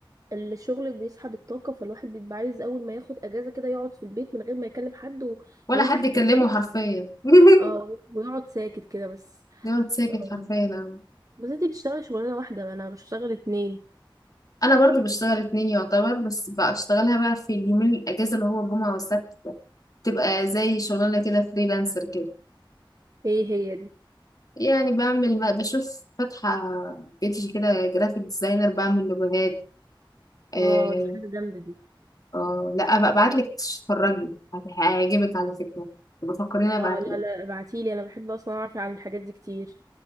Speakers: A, on the right; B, on the left.
A: الشغل بيسحب الطاقة فالواحد بيبقى عايز أول ما ياخد أجازة كده يقعد في البيت من غير ما يكلم حد و...
B: ولا
A: ويمسك
B: حد
A: التليفون
B: يكلمه حرفيا <laughs>
A: اه ويقعد ساكت كده بس
B: دايما ساكت
A: اه
B: حرفيا أنا
A: بس انتي بتشتغلي شغلانة واحدة أنا بشتغل اتنين
B: أنا برضو بشتغل اتنين يعتبر بس بشتغلها بقى في اليومين الأجازة اللي هو الجمعة والسبت تبقى زي شغلانة كده فريلانسر كده
A: ايه هي دي
B: يعني بعمل بشوف فاتحة بيتي كده جرافيك ديزاينر بعمل لوجوهات آه،
A: اه دي حاجة جامدة دي
B: اه لا ابقى ابعتلك تتفرجي هت- هيعجبك على فكرة بفكرين ابعتلك
A: اه لا لا ابعتيلي أنا بحب أصلا أعرف عن الحاجات دي كتير